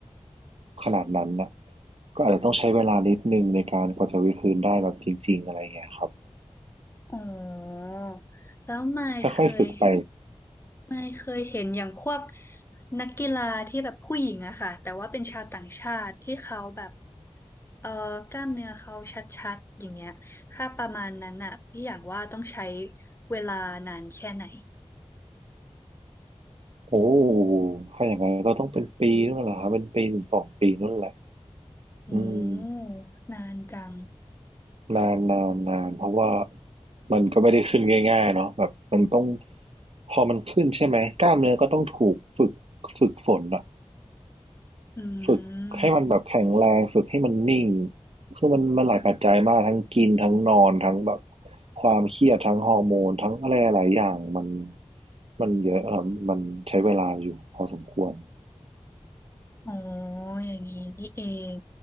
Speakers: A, on the right; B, on the left.
A: ขนาดนั้นนะก็อาจจะต้องใช้เวลานิดนึงในการกว่าจะวิดพื้นได้แบบจริงๆอะไรอย่างเงี้ยครับ
B: อ๋อแล้วไม่เคย
A: ค่อยๆฝึกไป
B: ไม่เคยเห็นอย่างพวกนักกีฬาที่แบบผู้หญิงอะค่ะแต่ว่าเป็นชาวต่างชาติที่เขาแบบเอ่อกล้ามเนื้อเขาชัดๆอย่างเงี้ยถ้าประมาณนั้นอะพี่อยากว่าต้องใช้เวลานานแค่ไหน
A: โอ้ถ้าอย่างนั้นก็ต้องเป็นปีนู่นแหละครับเป็นปีถึงสองปีนู่นแหละ
B: อื
A: อืม
B: มนานจัง
A: นานนานนานเพราะว่ามันก็ไม่ได้ขึ้นง่ายๆเนาะแบบมันต้องพอมันขึ้นใช่ไหมกล้ามเนื้อก็ต้องถูกฝึกฝึกฝนอะ
B: อืม
A: ฝึกให้มันแบบแข็งแรงฝึกให้มันนิ่งคือมันมันหลายปัจจัยมากทั้งกินทั้งนอนทั้งแบบความเครียดทั้งฮอร์โมนทั้งอะไรหลายอย่างมันมันเยอะเออมันใช้เวลาอยู่พอสมควร
B: อ๋ออย่างนี้นี่เอง